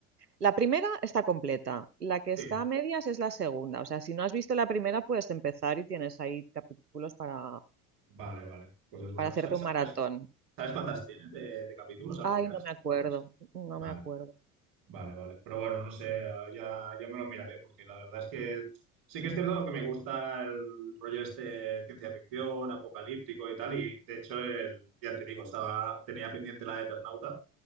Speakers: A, on the right (about 90°); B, on the right (about 55°).
A: La primera está completa, la que
B: Sí.
A: está a medias es la segunda. O sea, si no has visto la primera, puedes empezar y tienes ahí capítulos para,
B: Vale, vale. Pues es bueno.
A: para hacerte
B: Sa- sa-
A: un maratón.
B: ¿Sabes, sabes cuántas tiene de, de capítulos a
A: Ay,
B: primeras,
A: no
B: si
A: me acuerdo,
B: te acuerdas?
A: no
B: Vale,
A: me acuerdo.
B: vale. Vale, vale. Pero bueno, no sé, eh, ya, ya me lo miraré, porque la verdad es que sí que es cierto que me gusta el rollo este ciencia ficción, apocalíptico y tal, y de hecho, el- ya te digo, estaba, tenía pendiente la de Eternauta.